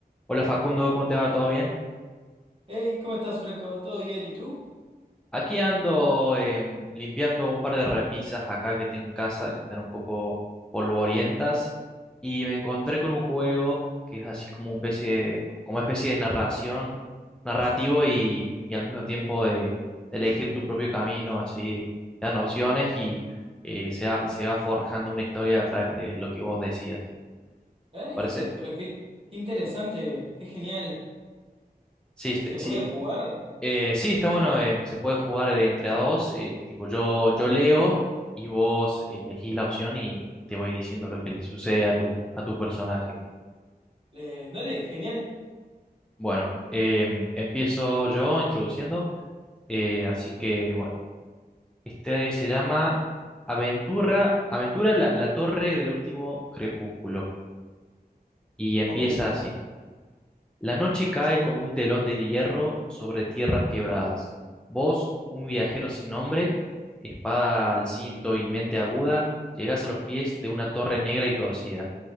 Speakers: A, in the centre; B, on the right.
A: Hola Facundo, ¿cómo te va? ¿Todo bien?
B: Hey, ¿cómo estás, Franco? ¿Todo bien? ¿Y tú?
A: Aquí ando em, limpiando un par de repisas acá que tengo en casa que están un poco polvorientas y me encontré con un juego que es así como una especie de, como especie de narración, narrativo y, y al mismo tiempo de, de elegir tu propio camino, así te dan opciones y eh, se va, se va forjando una historia a través de lo que vos decidas.
B: Ay,
A: ¿Te parece?
B: qué- pero qué, qué interesante, qué genial.
A: Sí, este-
B: ¿Se
A: sí,
B: puede jugar?
A: Eh, sí, está bueno, em, se puede jugar de entre a dos, eh, tipo yo, yo leo y vos elegís la opción y te voy diciendo lo que le sucede a tu, a tu personaje.
B: Eh, dale, genial.
A: Bueno, em, empiezo yo introduciendo, eh, así que bueno, este se llama Aventura, Aventura la, la Torre del Último Crepúsculo y empieza
B: Ok,
A: así. La noche cae como un telón de hierro sobre tierras quebradas. Vos, un viajero sin nombre, espada al cinto y mente aguda, llegás a los pies de una torre negra y torcida,